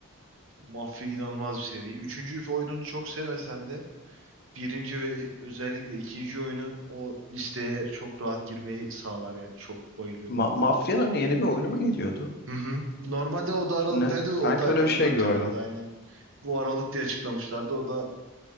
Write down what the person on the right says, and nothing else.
Mafya inanılmaz bir seri. Üçüncü oyununu çok sevmesem de birinci ve özellikle ikinci oyunu o listeye çok rahat girmeyi sağlar yani. Çok bayılıyorum
bunlara.
Hı hı. Normalde o da Aralık'taydı.
O da,
o da ötelendi
aynen. Bu Aralık diye açıklamışlardı. O da